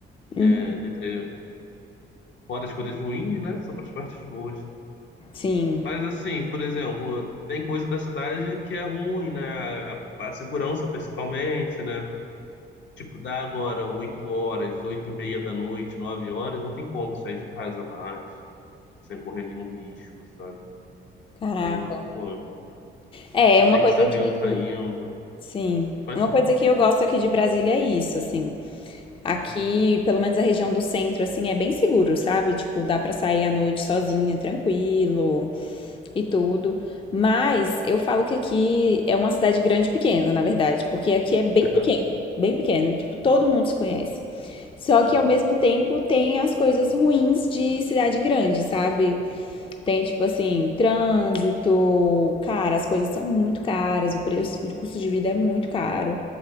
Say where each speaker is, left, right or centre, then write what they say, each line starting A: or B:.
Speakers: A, on the left; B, on the left.
A: Uhum.
B: É, dentre, fora as coisas ruins, né? Só para as partes boas.
A: Sim.
B: Mas, assim, por exemplo, tem coisa da cidade que é ruim, né? A, a segurança, principalmente, né? Tipo, dá agora 8 horas, 8 e meia da noite, 9 horas, não tem como sair de casa mais. sem correr nenhum risco, sabe?
A: Caraca.
B: E, pô,
A: É,
B: você
A: uma
B: tem
A: coisa
B: que saber
A: que.
B: onde tá indo.
A: Sim.
B: Pode
A: Uma
B: falar.
A: coisa que eu gosto aqui de Brasília é isso, assim. Aqui,
B: Uhum.
A: pelo menos a região do centro, assim, é bem seguro, sabe? Tipo, dá pra sair à noite sozinha, tranquilo e tudo. Mas eu falo que aqui é uma cidade grande e pequena, na verdade, porque aqui é bem
B: <laughs>
A: pequeno,
B: aham,
A: bem pequeno, e, tipo, todo mundo se conhece. Só
B: Uhum.
A: que ao mesmo tempo tem as coisas ruins de cidade grande, sabe? Tem, tipo assim, trânsito. Cara, as coisas são muito caras, o preço, o custo de vida é muito caro.